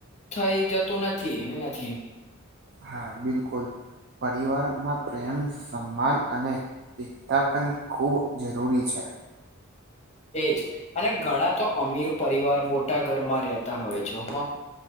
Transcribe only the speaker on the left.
થઈ જતું નથી એનાથી
એજ અને ઘણા તો અમીર પરિવાર બોટા ઘરમાં રહેતા હોય જો હ